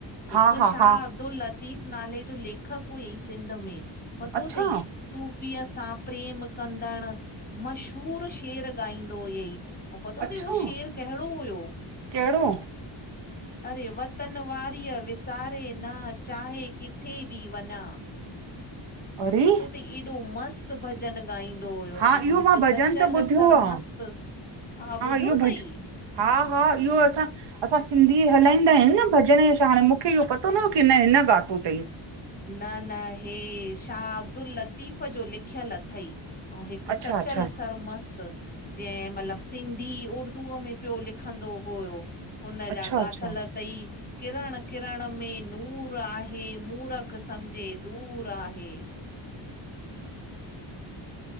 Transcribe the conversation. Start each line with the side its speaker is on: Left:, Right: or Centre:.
Left: हिकु
Right: हा हा
Left: शाह
Right: हा
Left: अब्दुल लतीफ़ नाले जो लेख लेखक हुई सिंध में, पतो
Right: अच्छा
Left: अथई सूफ़ीअ सां प्रेम कंदड़ मशहूरु शेर ॻाईंदो हुयई, ऐं पतो
Right: अच्छा
Left: अथई उहो शेर कहिड़ो हुयो!
Right: कहिड़ो
Left: <inaudible> अरे वतन वारीअ विसारे न, चाहे किथे बि वञा।
Right: अरे
Left: पतो तइ, एॾो मस्तु भॼन ॻाईंदो हुयो
Right: हा
Left: ऐं
Right: इहो
Left: हिकु
Right: मां भॼन
Left: सचल
Right: त ॿुधियो
Left: सर
Right: आहे
Left: मस्त हा, ॿुधियो
Right: इहो भॼ
Left: तई।
Right: हा- हा, इयो असां असां सिंधी हलाईंदा आहियूं न भॼन छा, हाणे मूंखे इहो पतो न हुयो कि न हिन ॻातो तईं।
Left: न- न, हे शाह अब्दुल लतीफ़ जो लिखयल अथई। अऊं हिक सचल
Right: अच्छा अच्छा
Left: सरमस जंहिं मतलब सिंधी-उर्दूअ में पियो लिखंदो हुयो। हुन जा
Right: अच्छा अच्छा
Left: ॻाथल तई, किरण किरण में नूर आहे मूर सम्झे दूर आहे।